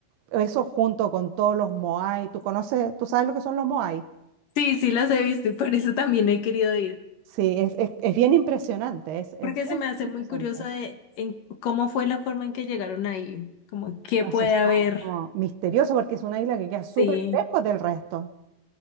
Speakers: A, on the right; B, on the left.
A: Eso junto con todos los moai. ¿Tú conoces, tú sabes lo que son los moai?
B: Sí, sí las he visto y por eso también he querido ir.
A: Sí, es, es- es bien impresionante, es, es
B: Porque
A: bien,
B: se me
A: bien
B: hace muy
A: impresionante.
B: curioso de en cómo fue la forma en que llegaron ahí, como qué
A: No
B: puede
A: se sabe,
B: haber.
A: es como misterioso porque es una isla que queda
B: Sí.
A: súper lejos del resto.